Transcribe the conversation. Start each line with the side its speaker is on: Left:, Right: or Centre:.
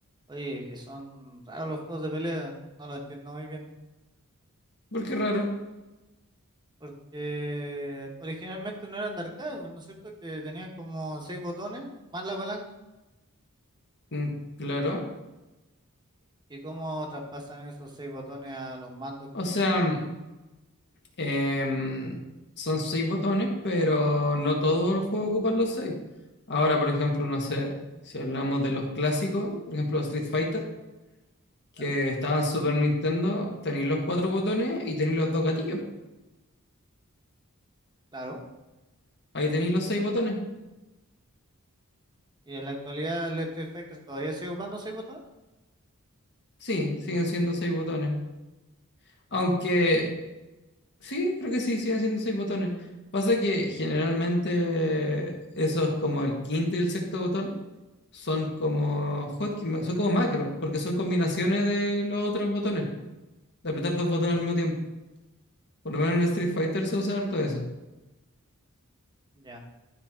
Right: Oye, que son raros los juegos de pelea, no lo entiendo muy bien,
Left: ¿Por qué raro?
Right: porque originalmente no eran de arcade, pues, ¿no es cierto? Que tenían como seis botones, más la palanca,
Left: Mm, Claro.
Right: y cómo traspasan esos seis botones a los mandos que
Left: O
Right: tienen
Left: sea,
Right: cuatro,
Left: mm, em, son seis botones, pero no todos los juegos ocupan los seis. Ahora, por ejemplo, no sé, si hablamos de los clásicos, por ejemplo, Street Fighter, que
Right: claro,
Left: estaban en Super Nintendo, tenéis los cuatro botones y tenéis los dos gatillos.
Right: claro.
Left: Ahí tenéis los seis botones.
Right: Y en la actualidad el Street Fighter todavía sigue ocupando seis botones,
Left: Sí, siguen siendo seis botones. Aunque, sí, creo que sí, siguen siendo seis botones. Pasa que generalmente eso es como el quinto y el sexto botón son como hotkeys, son como macros, porque son combinaciones de los otros botones, de apretar dos botones al mismo tiempo. Por lo menos en Street Fighter se usa harto eso.
Right: ya.